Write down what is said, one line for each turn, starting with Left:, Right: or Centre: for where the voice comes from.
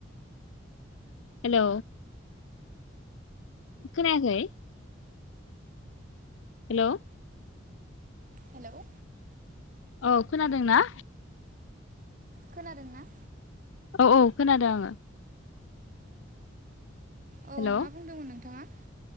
Left: हेलौ खोनायाखै हेलौ
Right: हेलौ
Left: औ खोनादोंना
Right: खोनादों ना
Left: औ औ खोनादों आङो
Right: औ
Left: हेलौ
Right: मा बुंदोंमोन नोंथाङा